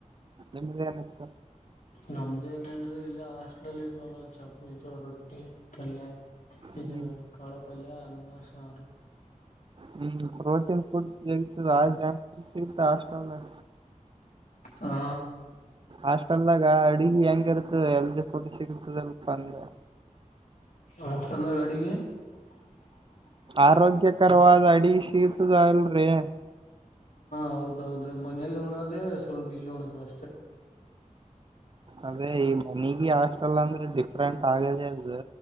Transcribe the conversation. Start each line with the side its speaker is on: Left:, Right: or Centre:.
Right: ನಿಮ್ದ್ ಏನಿತ್ತು
Left: ನಮ್ದ ಏನಲ್ರರಿ ಇಲ್ಲಿ ಹಾಸ್ಟ್ಲಲ್ ಇದ್ವಲ್ಲ ಚಪತಿ ರೊಟ್ಟಿ ಪಲ್ಲಯ ಇದು
Right: ಹ್ಮ್
Left: ಕಾಳಪಲ್ಲ ಅನ್ನ ಸಾರು
Right: ಹ್ಮ್ ಪ್ರೋಟೀನ್ ಫುಡ್ ಸಿಗತದ ಸಿಗತ ಅಷ್ಟಲ ಅಲ್ಲ
Left: ಹಾ
Right: ಹಾಸ್ಟೆಲ್ದಾಗ ಅಡ್ಗಿ ಹೆಂಗ ಇರ್ತದ ಎಲ್ದಿ ಫುಡ್ ಸಿಗತದ ಇಲ್ಲಪ್ಪಾ ಅಂದೆ
Left: ಹಾಸ್ಟೆಲದಾಗ ಅಡಗಿ ಹಾ
Right: ಆರೋಗ್ಯಕರವಾದ
Left: ಹೌದು
Right: ಅಡಿಗೆ ಸಿಗ್ತದ ಇಲ್ರಿ
Left: ಹೌದೌದ್ರಿ ಮನೇಲಿ ಉಣದೆೇ ಸ್ವಲ್ಪ ಇಲ್ಲಿ ಉಣತಿವಿ ಅಷ್ಟೇ
Right: ಅದೇ ಈ ಮನೆಗ ಹಾಸ್ಟೆಲ್ ಅಂದ್ರೆ ಡಿಫ್ರೆಂಟ್ ಆಗದೇ ಅದು